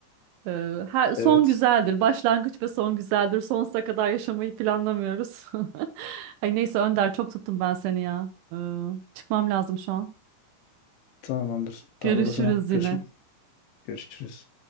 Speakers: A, on the right; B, on the left.
A: e, her, son
B: Evet.
A: güzeldir. Başlangıç ve son güzeldir. Sonsuza kadar yaşamayı planlamıyoruz. <laughs> Ay neyse Önder çok tuttum ben seni ya. E, çıkmam lazım şu an.
B: Tamamdır. Tamamdır
A: Görüşürüz
B: o zaman.
A: yine.
B: Görüşüm. Görüşürüz.